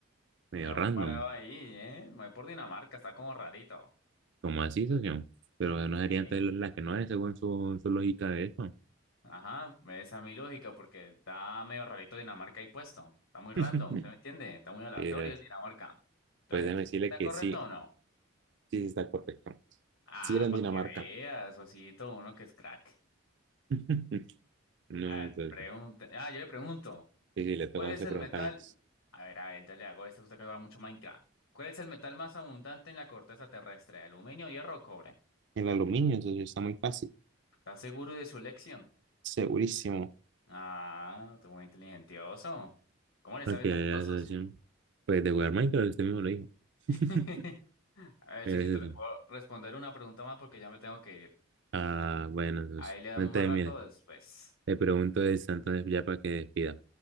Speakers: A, on the right; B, on the left.
A: Medio
B: medio
A: random.
B: mal parado ahí, ¿eh? Me voy por Dinamarca, está como rarito.
A: ¿Cómo así, socio? Pero no sería
B: Sí.
A: entonces la que no es, según su, su lógica de eso.
B: Ajá, esa es mi lógica, porque está medio rarito Dinamarca ahí puesto. Está muy random,
A: <laughs>
B: ¿se me entiende? Está muy aleatorio
A: Sí, es-
B: el Dinamarca. Entonces,
A: pues déjeme
B: ¿sí
A: decirle
B: ¿está
A: que
B: correcto
A: sí,
B: o no?
A: sí sí está correcto.
B: Ah,
A: Sí era en
B: para
A: Dinamarca.
B: que veas, Osito, uno que es crack.
A: <laughs> No,
B: A ver,
A: entonces,
B: pregunta. Ah, yo le pregunto,
A: sí, sí, le toca
B: ¿cuál
A: a
B: es
A: usted
B: el
A: preguntarme.
B: metal? A ver, a ver, entonces le hago esta, usted que juega mucho Minecraft. ¿Cuál es el metal más abundante en la corteza terrestre? ¿Aluminio, hierro o cobre?
A: El aluminio, socio, está muy fácil.
B: ¿Estás seguro de su elección?
A: Segurísimo.
B: Ah, tú muy inteligentioso. ¿Cómo le
A: Ok,
B: sabe
A: la
B: tanto, socio?
A: asociación. Pues de jugar Minecraft, usted mismo lo dijo. <laughs>
B: <laughs> A ver,
A: Mira,
B: Chocito,
A: socio.
B: le puedo responder una pregunta más porque ya me tengo que ir.
A: Ah, bueno, socio.
B: Ahí le damos
A: Entonces,
B: más rato
A: mire,
B: después.
A: le pregunto de Santo ya para que despida.